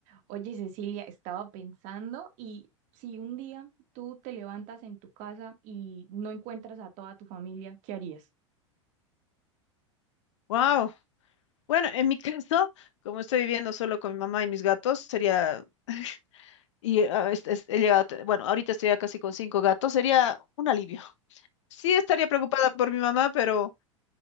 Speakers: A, on the right; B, on the left.
A: Oye, Cecilia, estaba pensando y si un día tú te levantas en tu casa y no encuentras a toda tu familia, ¿qué harías?
B: Wow. Bueno, en mi caso, como estoy viviendo solo con mi mamá y mis gatos, sería, <laughs> y ah, es- es- he llegado, a te- bueno, ahorita estoy ya casi con cinco gatos, sería un alivio. Sí estaría preocupada por mi mamá, pero